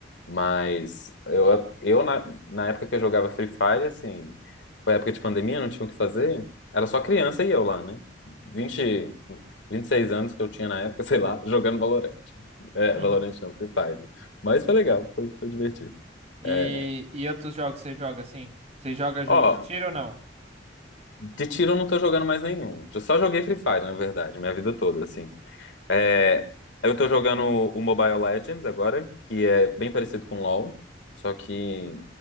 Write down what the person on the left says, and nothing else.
mas eu, eu na, na época que eu jogava Free Fire, assim, foi época de pandemia, não tinha o que fazer. Era só criança e eu lá, né? vinte vinte e seis anos que eu tinha na época, <laughs> sei lá, jogando Valorant. É,
Valorant não, Free Fire. Mas foi legal, foi, foi divertido.
É,
Ó,
de tiro eu não tô jogando mais nenhum. Eu só joguei Free Fire, na verdade, minha vida toda, assim. É, eu tô jogando o Mobile Legends agora, que é bem parecido com LoL, só que